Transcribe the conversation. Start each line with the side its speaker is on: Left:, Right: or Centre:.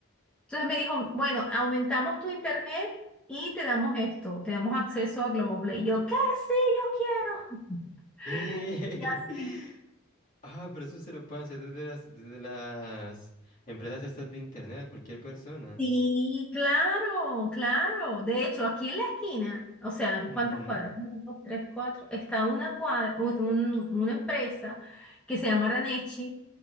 Centre: entonces me dijo, bueno, aumentamos tu internet y te damos esto, te damos acceso a Globoplay. Yo, ¿qué? Sí, yo quiero.
Left: ¿Qué?
Centre: <laughs> Y así.
Left: <laughs> Ah, pero eso se lo pueden hacer desde las, desde las empresas estas de internet a cualquier persona.
Centre: Sí, claro, claro. De hecho, aquí en la esquina, o sea,
Left: Ujú.
Centre: ¿cuántas cuadras? Uno, dos, tres, cuatro. Está una cuadra, un- un- una empresa que se llama Ranechi